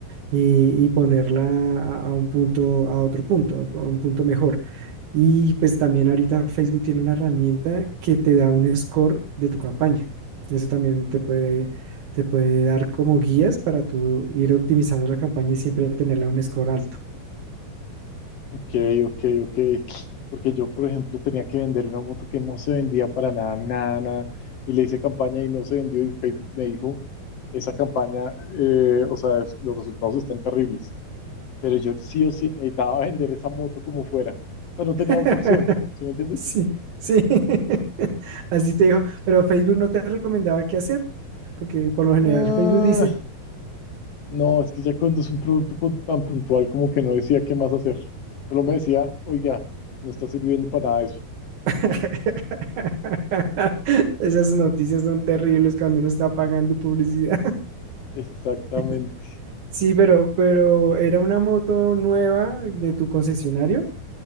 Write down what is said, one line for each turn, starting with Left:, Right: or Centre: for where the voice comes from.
Right: y, y ponerla a, a un punto, a otro punto, a un punto mejor. Y pues también ahorita Facebook tiene una herramienta que te da un score de tu campaña. Eso también te puede, te puede dar como guías para tú ir optimizando la campaña y siempre tenerla a un score alto.
Left: Ok, ok, ok. Porque yo, por ejemplo, tenía que vender una moto que no se vendía para nada, nada, nada. Y le hice campaña y no se vendió y Facebook me dijo, esa campaña, eh, o sea, es- los resultados están terribles. Pero yo sí o sí necesitaba vender esa moto como fuera. O sea, no tenía
Right: <laughs>
Left: otra opción, ¿sí me entiendes?
Right: Sí, sí. <laughs> Así te dijo, pero Facebook no te recomendaba qué hacer, porque por lo general
Left: Ah,
Right: Facebook dice,
Left: no, es que ya cuando es un producto co- tan puntual como que no decía qué más hacer. Solo me decía, oiga, no está sirviendo para nada eso.
Right: <laughs> esas noticias son terribles cuando uno está pagando publicidad.
Left: Exactamente.
Right: <laughs> Sí, pero, pero ¿era una moto nueva de tu concesionario?